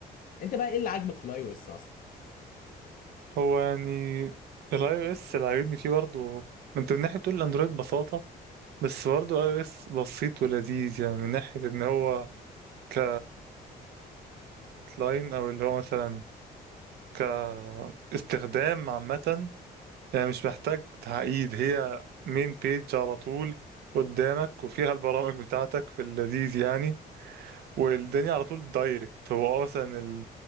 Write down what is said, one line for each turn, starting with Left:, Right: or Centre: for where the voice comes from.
Left: انت بقى ايه اللي عاجبك في الاي او اس اصلا
Right: هو يعني الاي او اس اللي عاجبني فيه برضه ما انت من ناحيه بتقول الاندرويد ببساطه بس برضه الاي او اس بسيط ولذيذ يعني من ناحيه ان هو ك لاين او اللي هو مثلا كاستخدام عامه يعني مش محتاج تعقيد هي مين بيج على طول قدامك وفيها البرامج بتاعتك في اللذيذ يعني والدنيا على طول دايركت هو اه مثلا